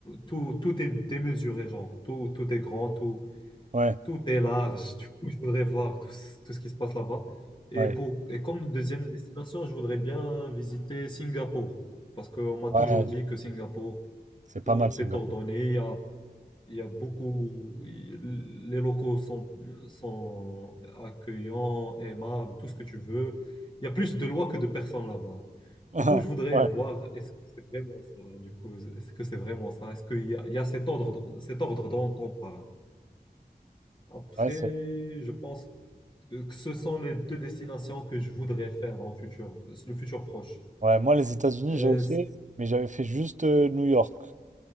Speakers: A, on the left (about 30°); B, on the right (about 50°).
A: tout, tout est démesuré, genre, tout, tout est grand, tout...
B: Ouais,
A: Tout est large. Du coup, je voudrais voir tout, ce tout ce qui se passe là-bas. Et,
B: ouais,
A: pour, et comme deuxième destination, je voudrais bien visiter Singapour. Parce qu'on m'a
B: ouais.
A: toujours dit que Singapour,
B: C'est
A: tout
B: pas mal, Singapour.
A: est ordonné. Il y a, il y a beaucoup. il- Les locaux sont, sont accueillants, aimables, tout ce que tu veux. Il y a plus de lois que de personnes là-bas.
B: <laughs>
A: Du coup, je voudrais
B: Ouais,
A: voir est-ce que c'est vraiment ça. Du coup, est-ce que c'est vraiment ça? Est-ce qu'il y a, il y a cet ordre, cet ordre dont on parle? Après,
B: ouais, c'est...
A: je pense euh, que ce sont les deux destinations que je voudrais faire dans le futur, euh, le futur proche.
B: ouais, moi, les États-Unis,
A: Euh,
B: j'ai aussi,
A: c'est
B: mais j'avais fait juste euh, New York.